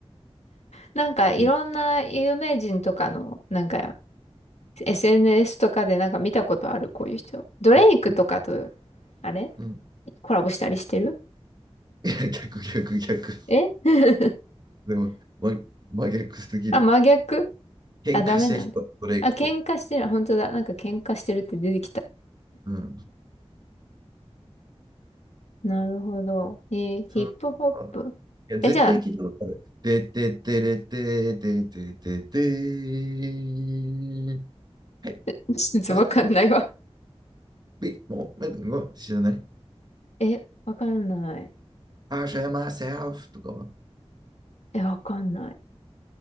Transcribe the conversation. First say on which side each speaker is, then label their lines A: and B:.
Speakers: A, on the left; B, on the right.
A: なんかいろんな有名人とかの、
B: うん。
A: なんか SNS とかでなんか見たことある、こういう人。ドレイクとかと、
B: あ、うん。
A: あれ
B: うん
A: コラボしたりしてる
B: いや、逆、逆、逆。
A: え <laughs>
B: でも、ま、真逆すぎる。
A: あ、真逆
B: 喧嘩した人、
A: あ、ダメなんだ。
B: ドレイクと。
A: あ、喧嘩してる。本当だ。なんか喧嘩してるって出てきた。
B: うん。
A: なるほど。えーヒップホップ。
B: その、あいや、絶対聞いたことある。
A: え、じゃあ、
B: てててれてててててー。はい。
A: <laughs> ちょっとわかんないわ。
B: マスター、おビッグモー、なんか、知らない
A: え、わかんない。
B: i show myself とかは。
A: え、わかんない。